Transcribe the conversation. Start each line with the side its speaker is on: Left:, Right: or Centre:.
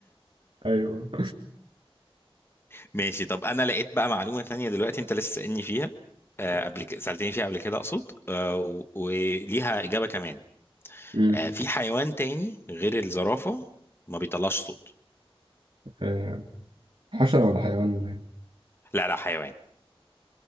Right: ايوه
Left: <laughs> ماشي طب أنا لقيت بقى معلومة تانية دلوقتي أنت لسه سألني فيها آه، قبل كده سألتني فيها قبل كده أقصد آه، و- وليها إجابة كمان
Right: مم.
Left: آه، في حيوان تاني غير الزرافة ما بيطلعش صوت
Right: آه، حشرة ولا حيوان ولا ايه؟
Left: لا لا حيوان